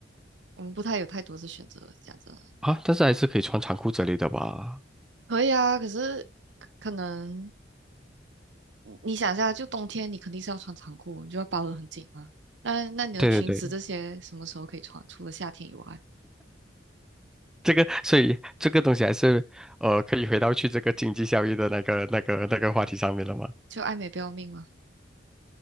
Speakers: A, on the right (about 70°); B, in the centre.
A: 我们不太有太多的选择，讲真的。
B: 啊，但是还是可以穿长裤之类的吧。
A: 可以啊，可是可可能。你想一下，就冬天你肯定是要穿长裤，你就要包得很紧嘛。那那你的裙子这些什么时候可以穿？
B: 对对对，
A: 除了夏天以外，
B: 这个，所以这个东西还是，呃，可以回到去这个经济效益的那个、那个、那个话题上面了嘛？
A: 就爱美不要命吗？